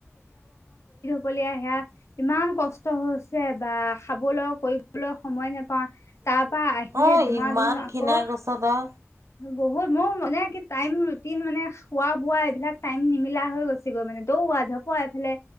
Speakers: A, on the left; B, on the right.
A: বলিয়া সেয়া ইমান কষ্ট হৈছে বাহ খাবলৈও কৰিবলৈও সময় নেপাওঁ। তাপা আহিয়ে
B: অ
A: ধুমা-
B: ইমান
A: ধুম আকৌ
B: খীণাই গৈছ তই
A: বহুত মোৰ মানে টাইম ৰুটিন মানে খোৱা বোৱা এইবিলাক টাইম নিমিলা হৈ গৈছেগৈ মানে দৌৰা ধপৰা এইফালে